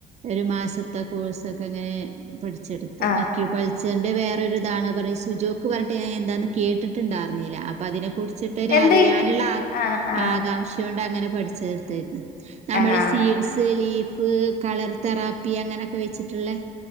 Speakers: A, on the right (about 40°); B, on the left (about 60°).
A: ഒരു മാസത്തെ കോഴ്സ് ഒക്കെങ്ങനെ പഠിച്ചെടുത്ത്
B: ആഹ്
A: അക്യു പങ്ച്ചർ വേറൊരു ഇതാണ് പറഞ്ഞ് സുജോക്ക് പറഞ്ഞട്ട് ഞാൻ എന്താന്ന് കേട്ടിട്ടുണ്ടാർന്നില്ല അപ്പൊ അതിനെ കുറിച്ച് ച്ചിട്ട് ഒരറിയാനുള്ള
B: എന്ത് ആഹ് ആഹ്
A: ആകാംക്ഷ കൊണ്ട് അങ്ങനെ പഠിച്ചെടുതാര്ന്നു നമ്മള്
B: ആഹ്
A: സീഡ്സ് ലീഫ് കളർ തെറാപ്പി അങ്ങനെയൊക്കെ വെച്ചിട്ട്ള്ളെ